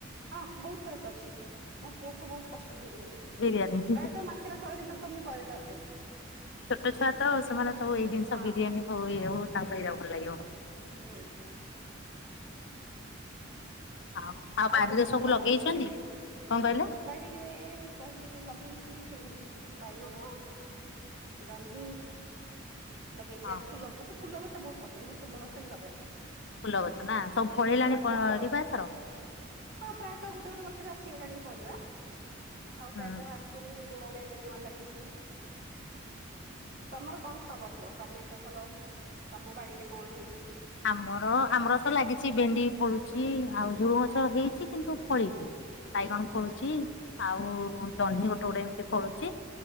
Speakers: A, on the right (about 50°); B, on the left (about 60°).
A: ହଁ ବହୁତ ଥର କରିଛି ମୋ ପୁଅ କୁ ବହୁତ ପସନ୍ଦ ବିରିୟାନୀ।
B: ବିରିୟାନୀ।
A: ପ୍ରାୟତଃ ମାସରେ ଥରେ ଦିଥର ତ ମୁଁ କରେ ତା ପାଇଁ।
B: ଛୋଟ ଛୁଆ ତ ସେମାନେ ସବୁ ଏଇ ଜିନିଷ
A: ହଁ
B: ବିରିୟାନୀ ହଉ ଇଏ ହଉ ତାଙ୍କ ଏଇରା ଭଲ ଲାଗିବ।
A: ହୁଁ।
B: ଆଉ ଆଉ ବାରିରେ
A: କଣ କୁହ
B: ସବୁ
A: ତମ
B: ଲଗେଇଛନ୍ତି
A: ବିଷୟରେ?
B: କଣ କହିଲେ?
A: ବାଡିରେ କହିଲି ଲଗେଇଛି ଭେଣ୍ଡି, ବାଇଗଣ। ଜହ୍ନି ଲଗେଇଛି,
B: ଓହୋ
A: ଆଉ ଫୁଲ, ମତେ ଫୁଲ ଗଛ ବହୁତ ପସନ୍ଦ ମୁଁ ଫୁଲ ଗଛ ହିଁ ଲଗାଏ।
B: ଫୁଲ ଗଛ ନା ସବୁ ଫଳିଲାଣି
A: ଗୋଲାପ
B: ପରିବା
A: ଗଛ
B: ଏଥର? ହୁଁ
A: ହଁ ପ୍ରାୟତଃ ଗୋଟେ ଗୋଟେ ଗଛରେ ଆସିଗଲାଣି ପରିବା ଆଉ
B: ହଁ।
A: ପ୍ରାୟତଃ ଆସିନି। ଚତିନି ଗୁଡ ଗୋଟେ ଏବେ ନୂଆ ଲାଗିଛି, ତମର କଣ ଖବର କୁହ ତମେ ସବୁ ଭଲ ତମ ବାଡିରେ କଣ ହେଇ,
B: ଆମର ଆମର ତ ଲାଗିଛି ଭେଣ୍ଡି ଫଳୁଛି ଆଉ ଝୁରୁଁଙ୍ଗ ଗଛ ହେଇଛି କିନ୍ତୁ ଫଳିନି ବାଇଗଣ ଫଳୁଛି
A: ଆଛା
B: ଆଉ ଜହ୍ନି ଗୋଟେ ଗୋଟେ ଏମିତି ଫଳୁଛି।